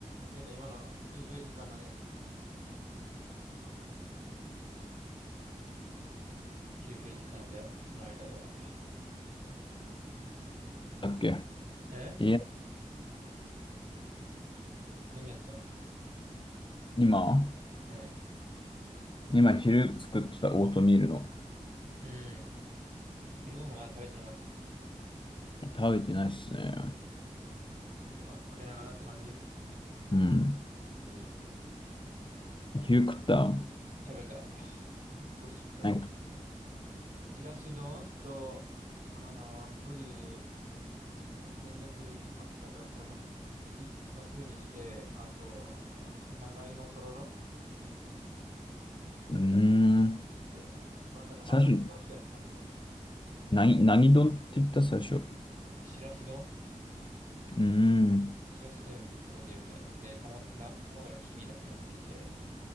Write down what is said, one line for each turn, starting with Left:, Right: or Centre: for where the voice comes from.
Right: けれど今の休憩時間何やってたの休憩時間では、その間では。
Left: だっけ
Right: え
Left: いや、
Right: 何やってたの
Left: 今、
Right: うん。
Left: 今昼作ってたオートミールの
Right: うん。昼ご飯まだ食べてなかったの。
Left: 食べてないっすね。
Right: 今、食べながらって感じ
Left: うん。
Right: いいね。
Left: 昼食った
Right: 食べた。結構しっかりと。
Left: なんか、
Right: しらす丼と、あの、ブリ、なんか天然ブリあったから、それもき、刺身にして、あと、あ長芋とろろ
Left: うーん。
Right: って言って、まあ、なんかまかないがみたいな感じだね。
Left: 最初、何、何丼って言った最初。う
Right: しらす丼
Left: ーん。
Right: しらす全部ぶっこんでみたいな。で、たま、な、卵か黄身だけ乗っけて。